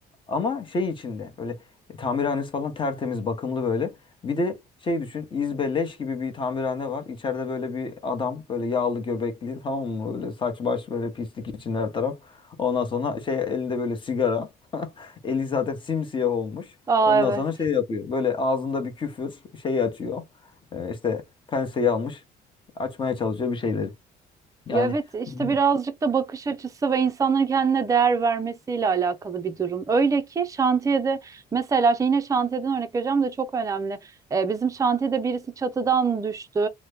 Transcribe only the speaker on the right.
aa
evet
Ya evet işte
birazcık da bakış açısı ve insanların kendine değer vermesiyle alakalı bir durum. Öyle ki şantiyede mesela şey, yine şantiyeden örnek vereceğim de çok önemli. Ee, bizim şantiyede birisi çatıdan düştü, e,